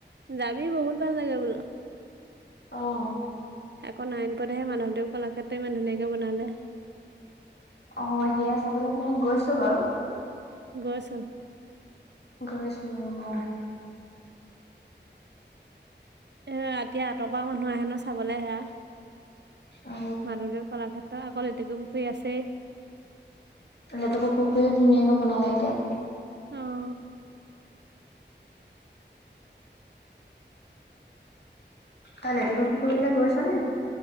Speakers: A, on the right (about 65°); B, on the left (about 60°).
A: যাবি বহুত ভাল লাগে বোলো।
B: অ',
A: আকৌ নাৰায়নপুৰতহে মাধৱদেৱ কলাক্ষেত্ৰ ইমান ধুনীয়াকে বনালে।
B: অ', সেয়া চাবলৈ মই গৈছো বাৰু।
A: গৈছ
B: গৈছো অ',
A: এহ ৰাতিৰ আঁতৰ পৰা মানুহ আহে ন চাবলৈ আহে
B: অ
A: মাধৱদেৱ কলাক্ষেত্ৰ আকৌ লেটেকো পুখুৰী আছেই।
B: লেটেকু পুখুৰীও ধুনীয়াকে বনালে এতিয়া।
A: অ',
B: তই লেটেকু পুখুৰীলৈ গৈছনে?